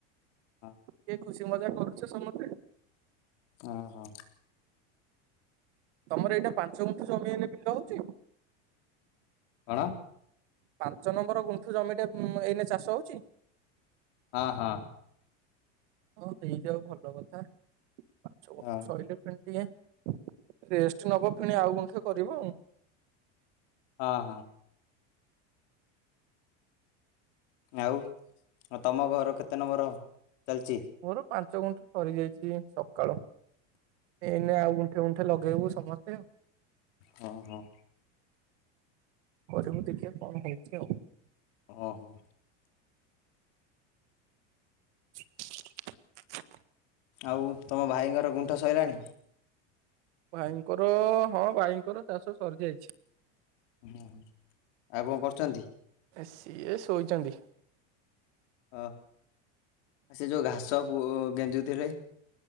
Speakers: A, on the left (about 70°); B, on the right (about 70°).
A: ହଁ
B: କି ଖୁସି ମଜା କରୁଛେ ସମତେ।
A: ଉଁ ହୁଁ।
B: ତମର ଏଇଟା ପାଞ୍ଚ ଗୁଣ୍ଠ ଜମି ଆଇଲେ ବିଲ ହଉଛି।
A: କଣ?
B: ପାଞ୍ଚ ନମ୍ବର ଗୁଣ୍ଠୁ ଜମିଟା ଏଇବା ଚାଷ ହଉଚି।
A: ହଁ, ହଁ।
B: ହଁ ହେଇଯାଉ ଭଲ କଥା ପାଞ୍ଚ ଗୁଣ୍ଠ
A: ହଁ
B: ସଇଲେ ଫୁଣି ଟିକେ ରେଷ୍ଟ ନବ ପୁଣି ଆଉ ଗୁଣ୍ଠେ କରିବ ଆଉ।
A: ହ, ହ। ଆଉ ତମ ଘର କେତେ ନମ୍ବର ଚାଲିଛି?
B: ମୋର ପାଞ୍ଚ ଗୁଣ୍ଠ ସରି ଯାଇଛି ସକାଳୁ। ଏଇନ ଆଉ ଗୁଣ୍ଠେ ଗୁଣ୍ଠେ ଲଗେଇବୁ ସମସ୍ତେ ଆଉ।
A: ହଁ ହଁ।
B: କରିବୁ ଦେଖିଆ କଣ ହୋଇଛି ଆଉ।
A: ଓହୋ।
B: <inaudible>
A: ଆଉ ତମ ଭାଇଙ୍କର ଗୁଣ୍ଠ ସଇଲାଣି।
B: ଭାଇଙ୍କର ହଁ ବାଇଙ୍କର ଚାଷ ସରି ଯାଇଛି।
A: ଆଉ କଣ କରୁଛନ୍ତି?
B: ସିଏ ଶୋଇଛନ୍ତି?
A: ଓ ଆ ସେ ଯୋଉ ଘାସ ଗେଞ୍ଜୁଥିଲେ?